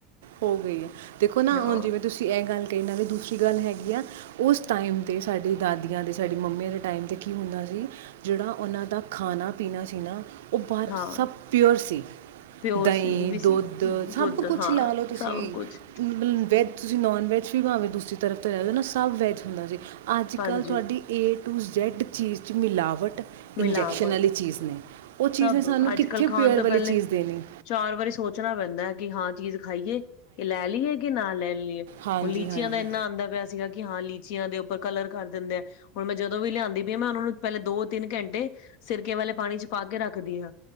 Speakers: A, on the right; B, on the left.
A: ਹੋ ਗਈ ਹੈ ਦੇਖੋ ਨਾ
B: ਹਾਂ
A: ਹੁਣ ਜਿਵੇਂ ਤੁਸੀਂ ਇਹ ਗੱਲ ਕਈ ਨਾਲ ਵੀ ਦੂਸਰੀ ਗੱਲ ਹੈਗੀ ਆ ਉਸ ਟਾਈਮ 'ਤੇ ਸਾਡੀ ਦਾਦੀਆਂ ਦੇ ਸਾਡੀ ਮੰਮੀਆਂ ਦੇ ਟਾਈਮ 'ਤੇ ਕੀ ਹੁੰਦਾ ਸੀ ਜਿਹੜਾ ਉਹਨਾਂ ਦਾ ਖਾਣਾ ਪੀਣਾ ਸੀ ਨਾ ਉਹ ਬਾਹਰ
B: ਹਾਂ
A: ਸਭ ਪਿਓਰ ਸੀ
B: ਪਿਓਰ
A: ਦਹੀਂ
B: ਸੀ ਇਹ ਵੀ ਸੀ
A: ਦੁੱਧ ਸਭ
B: ਦੁੱਧ
A: ਕੁਛ
B: ਹਾਂ
A: ਲਾ ਲਓ ਤੁਸੀਂ
B: ਸਭ ਕੁਛ
A: ਵੈਜ ਤੁਸੀਂ ਨੋਨ ਵੈੱਜ ਵੀ ਬਣਾਵੇ ਦੂਸਰੀ ਤਰਫ ਲੈਓ ਨਾ ਸਬ ਵੈਜ ਹੁੰਦਾ ਸੀ ਅੱਜ
B: ਹਾਂਜੀ
A: ਕੱਲ੍ਹ ਤੁਹਾਡੀ ਏਟ ਟੂ ਜੈੱਡ ਚੀਜ਼ 'ਚ ਮਿਲਾਵਟ ਇੰਜੈਕਸ਼ਨ
B: ਮਿਲਾਵਟ
A: ਵਾਲੀ ਚੀਜ਼ ਨੇ ਉਹ ਚੀਜ਼
B: ਸਭ
A: ਨੇ ਸਾਨੂੰ
B: ਅੱਜ
A: ਕਿੱਥੇ
B: ਕੱਲ੍ਹ ਖਾਣ
A: ਪਿਓਰ
B: ਤੋਂ
A: ਵਾਲੀ
B: ਪਹਿਲੇ
A: ਚੀਜ਼ ਦੇਣੀ
B: ਚਾਰ ਵਾਰੀ ਸੋਚਣਾ ਪੈਂਦਾ ਹੈ ਹਾਂ ਚੀਜ਼ ਖਾਈਏ ਕਿ ਲੈ ਲਈਏ ਕਿ ਨਾ ਲੈ ਲਈਏ ਹੁਣ
A: ਹਾਂਜੀ
B: ਲੀਚੀਆਂ
A: ਹਾਂਜੀ
B: ਦਾ ਇੰਨਾ ਆਉਂਦਾ ਪਿਆ ਸੀਗਾ ਕਿ ਕਿ ਹਾਂ ਲੀਚੀਆਂ ਦੇ ਉੱਪਰ ਕਲਰ ਕਰ ਦਿੰਦੇ ਆ ਹੁਣ ਮੈਂ ਜਦੋਂ ਵੀ ਲਿਆਂਦੀ ਪਈ ਆ ਮੈਂ ਉਹਨਾਂ ਨੂੰ ਪਹਿਲੇ ਦੋ ਤਿੰਨ ਘੰਟੇ ਸਿਰਕੇ ਵਾਲੇ ਪਾਣੀ ਚ ਪਾ ਕੇ ਰੱਖਦੀ ਹਾਂ